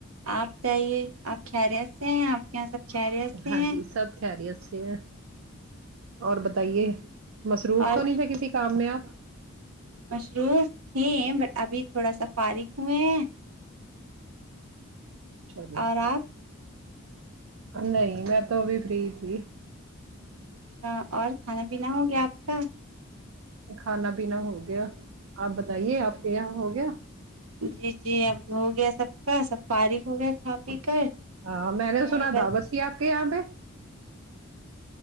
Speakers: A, on the right; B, on the right.
A: آپ بتائیے آپ خیریت سے ہیں آپ کے یہاں سب خیریت سے
B: ہاں
A: ہیں
B: جی سب خیریت سے ہیں اور بتائیے مصروف
A: اور
B: تو نہیں تھے کسی کام میں آپ
A: مصروف تھے بٹ ابھی تھوڑا سا فارغ ہوئے ہیں
B: چلو
A: اور آپ
B: نہیں میں تو ابھی فری تھی
A: اچھا اور کھانا پینا ہو گیا آپ کا
B: کھانا پینا ہو گیا آپ بتائیے آپ کے یہاں ہو گیا
A: جی جی اب ہو گیا سب کا سب فارغ ہو گیے کھا پی کر
B: ہاں میں نے
A: نہیں
B: سنا
A: بس
B: دعوت تھی آپ کے یہاں پہ